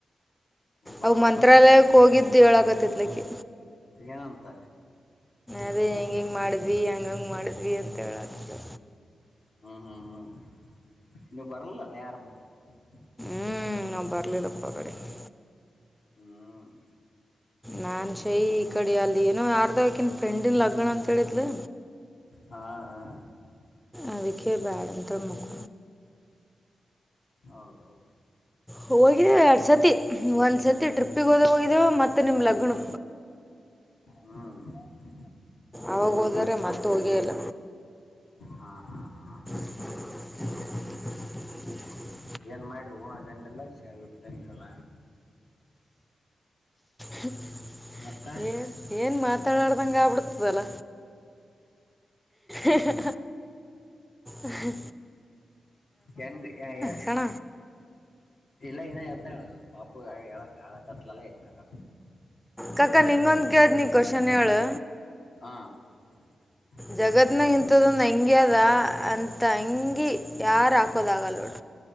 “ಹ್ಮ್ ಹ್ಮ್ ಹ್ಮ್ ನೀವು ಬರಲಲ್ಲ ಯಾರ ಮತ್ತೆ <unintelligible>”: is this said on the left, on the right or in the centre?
Left